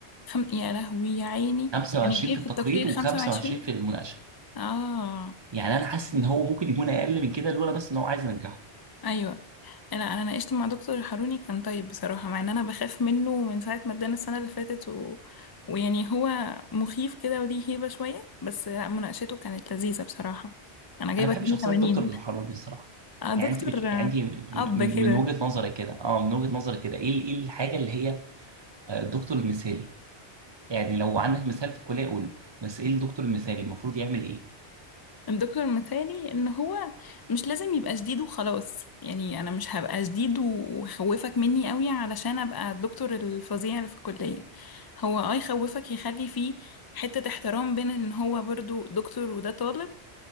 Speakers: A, on the left; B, on the right.
A: خم... يا لهوي يا عيني
B: 25
A: يعني جايب
B: في
A: في
B: التقرير
A: التقرير خمسة
B: و25
A: وعشرين
B: في المناقشه
A: اه
B: يعني انا حاسس ان هو ممكن يكون اقل من كده لولا بس ان هو عايز ينجحه
A: ايوه انا انا ناقشت مع دكتور حاروني كان طيب بصراحه مع ان انا بخاف منه من ساعه ما ادانا السنه اللي فاتت و... ويعني هو مخيف كده وليه هيبه شويه بس لا مناقشته كانت لذيذه بصراحه انا جايبه
B: انا بحب
A: 82
B: شخصيه دكتور الحروري الصراحه
A: آه، دكتور
B: يعني انت بت...
A: آه،
B: يعني انت من
A: اب
B: من
A: كده
B: من وجهه نظرك كده اه من وجهه نظرك كده ايه ال- ايه الحاجه اللي هي آه، الدكتور المثالي يعني لو عندك مثال في الكليه قوله بس ايه الدكتور المثالي المفروض يعمل ايه
A: الدكتور مثالي ان هو مش لازم يبقى شديد وخلاص يعني انا مش هبقى شديد وخوفك مني قوي علشان ابقى الدكتور الفظيع اللي في الكليه هو اه يخوفك يخلي فيه حتة احترام بين ان هو برضو دكتور وده طالب